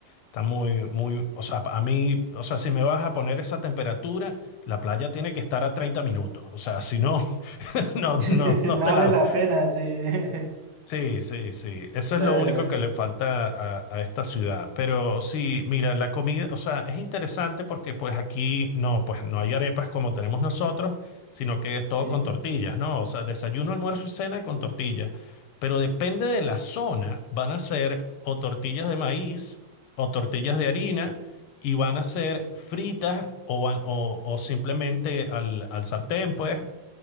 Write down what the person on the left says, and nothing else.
está muy, muy, o sea, a mí, o sea, si me vas a poner esa temperatura, la playa tiene que estar a 30 minutos. O sea, si no, <laughs> no,
no, no
te
la
Sí, sí, sí. Eso
es lo único que le falta a, a esta ciudad. Pero sí, mira, la comida, o sea, es interesante porque pues aquí no, pues no hay arepas como tenemos nosotros, sino que es
todo con tortillas, ¿no? O sea, desayuno, almuerzo y cena con tortillas. Pero depende de la zona, van a ser o tortillas de maíz o tortillas de harina y van a ser fritas o, van, o, o simplemente al, al sartén, pues